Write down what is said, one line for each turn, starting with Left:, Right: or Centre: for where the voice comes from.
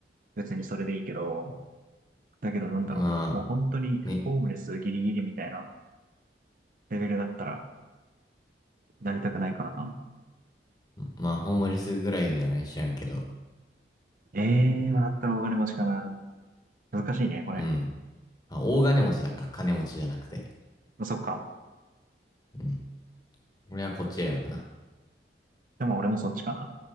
Right: 別にそれでいいけど、だけどなんだろう。
Left: まあ、
Right: もう本当に、
Left: ね。
Right: ホームレスギリギリみたいなレベルだったら、なりたくないからな。
Left: まあ、ホームレスぐらいじゃない知らんけど。
Right: ええー、まあだったらお金持ちかな。難しいね、これ。
Left: うん。あ、大金持ちだから金持ちじゃなくて。
Right: そっか。
Left: うん。俺はこっち選ぶな。
Right: でも俺もそっちかな。